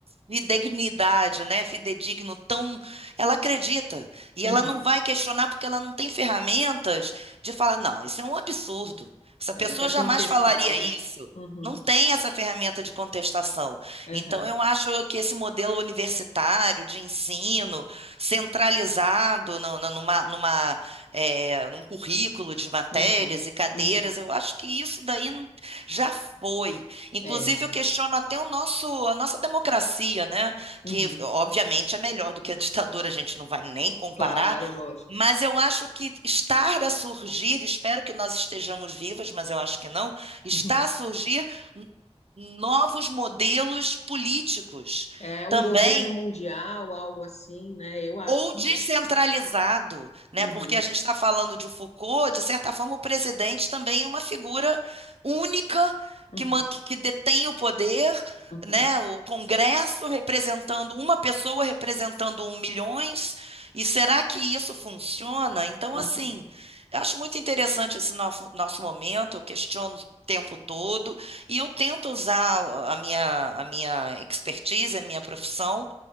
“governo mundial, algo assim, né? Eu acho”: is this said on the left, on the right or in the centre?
Left